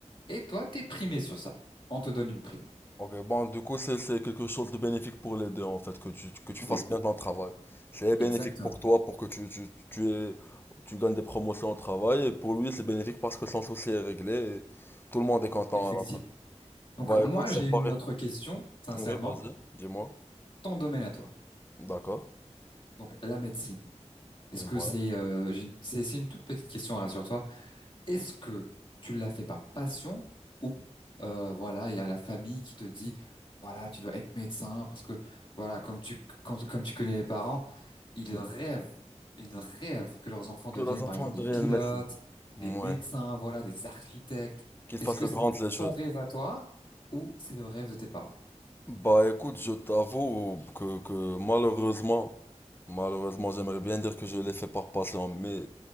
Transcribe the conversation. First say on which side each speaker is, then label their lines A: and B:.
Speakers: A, on the left (about 45°); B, on the left (about 20°).
A: Et toi, t'es primé sur ça. On te donne une prime.
B: Ok, bon, du coup, c'est c'est quelque chose de bénéfique pour les deux, en fait, que tu, que tu fasses
A: Oui,
B: bien ton travail. C'est bénéfique
A: exactement.
B: pour toi, pour que tu, tu, tu aies- tu gagnes des promotions au travail, et pour lui, c'est bénéfique parce que son souci est réglé, et tout le monde est content
A: Effectivement.
B: à la fin.
A: Donc,
B: Bah, écoute,
A: moi,
B: ça
A: j'ai une
B: paraît.
A: autre question, sincèrement.
B: Oui, vas-y, dis-moi.
A: Ton domaine à toi.
B: D'accord.
A: Donc, la médecine. Est-ce
B: Ouais.
A: que c'est euh, j'ai c'est c'est une toute petite question, rassure-toi. Est-ce que tu l'as fait par passion ou euh, voilà, il y a la famille qui te dit voilà, tu dois être médecin parce que voilà, comme tu quand- comme tu connais les parents, ils rêvent, ils rêvent que leurs enfants
B: Que
A: deviennent
B: la chanson
A: par exemple
B: devienne
A: des pilotes,
B: médecin. Ouais.
A: des médecins, voilà, des architectes.
B: Qu'il
A: Est-ce
B: fasse
A: que
B: de grandes
A: c'est
B: études.
A: ton rêve à toi ou c'est le rêve de tes parents?
B: Bah écoute, je t'avoue que, que malheureusement, malheureusement, j'aimerais bien dire que je l'ai fait par passion, mais